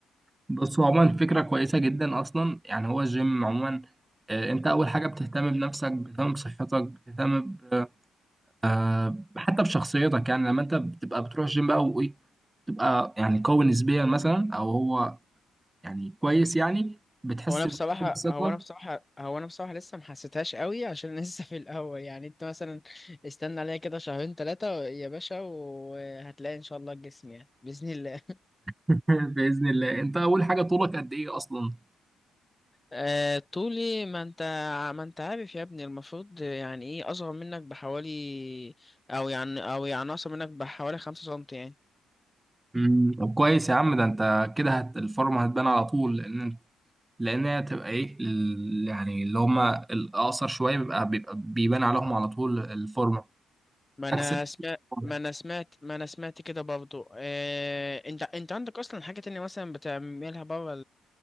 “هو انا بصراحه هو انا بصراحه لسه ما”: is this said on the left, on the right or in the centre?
Left